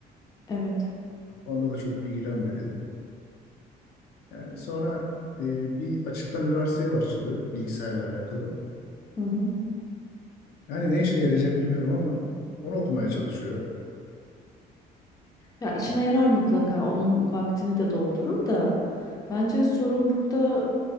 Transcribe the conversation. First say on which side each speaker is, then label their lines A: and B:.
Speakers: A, on the left; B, on the left.
A: Evet.
B: Onda da çok ilgilenmedi. Yani sonra e, bir açıktan üniversiteye başladı bilgisayarla alakalı.
A: Hı hı.
B: Yani ne işine yarayacak bilmiyorum ama onu okumaya çalışıyor.
A: Ya işine
B: Yani,
A: yarar mutlaka. Onun vaktini de doldurur da. Bence sorun burada